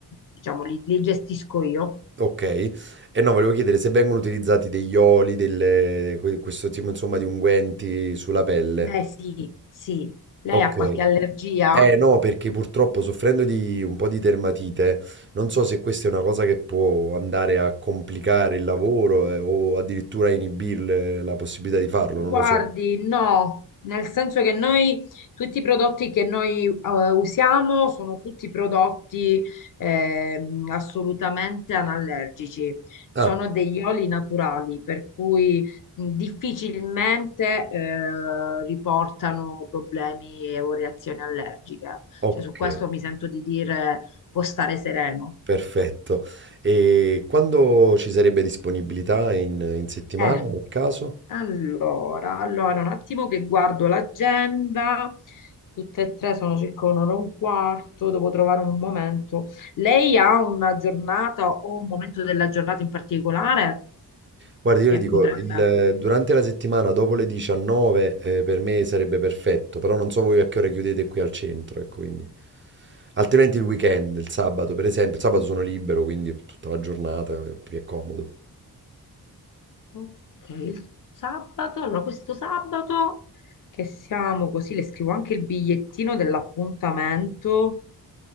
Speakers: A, on the left; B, on the right.
A: diciamo, li, li gestisco io.
B: Ok, e no, volevo chiedere se vengono utilizzati degli oli, delle- que- questo tipo, insomma, di unguenti sulla pelle.
A: Beh, sì, sì. Lei
B: Ok.
A: ha qualche allergia?
B: Eh no, perché purtroppo soffrendo di un po' di dermatite, non so se questa è una cosa che può andare a complicare il lavoro eh, o addirittura a inibirle la possibilità di farlo,
A: Guardi,
B: non lo so.
A: no, nel senso che noi tutti i prodotti che noi eh, usiamo sono tutti prodotti ehm, assolutamente anallergici, sono
B: Ah,
A: degli oli naturali, per cui mh, difficilmente eh, riportano problemi o reazioni allergiche.
B: ok,
A: Cioè, su questo mi sento di dire può stare sereno.
B: perfetto. E quando ci sarebbe disponibilità in, in settimana,
A: Eh.
B: nel caso?
A: Allora, allora, un attimo che guardo l'agenda. Tutte e tre sono circa un'ora e un quarto, devo trovare un momento. Lei ha una giornata o un momento della giornata in particolare
B: Guarda, io
A: che
B: le dico,
A: potrebbe...
B: il- durante la settimana dopo le 19 eh, per me sarebbe perfetto, però non so voi a che ora chiudete qui al centro, ecco, quindi. Altrimenti il weekend, il sabato per esempio, il sabato sono libero, quindi tutta la giornata eh, mi è più comodo.
A: Ok, il sabato. Allora, questo sabato che siamo così, le scrivo anche il bigliettino dell'appuntamento.